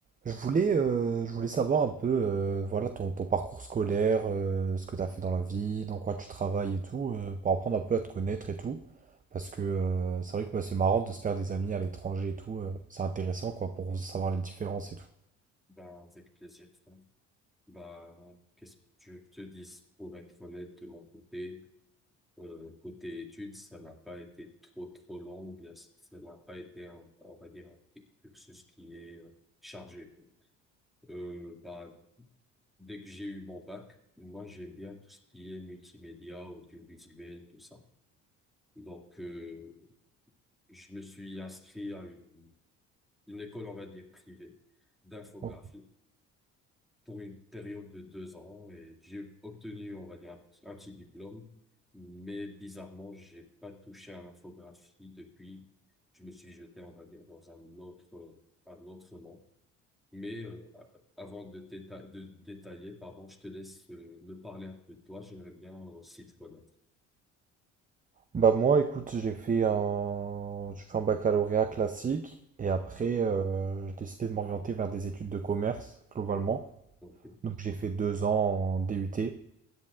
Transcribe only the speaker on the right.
Je voulais, euh, je voulais savoir un peu euh, voilà, ton, ton parcours scolaire, euh, ce que tu as fait dans la vie, dans quoi tu travailles et tout, euh, pour apprendre un peu à te connaître et tout. Parce que euh, c'est vrai que bah, c'est marrant de se faire des amis à l'étranger et tout. euh, c'est intéressant quoi, pour savoir les différences et tout.
Ok.
Bah moi, écoute, j'ai fait un... j'ai fait un baccalauréat classique et après, euh, j'ai décidé de m'orienter vers des études de commerce, globalement.
Donc j'ai fait deux ans en DUT.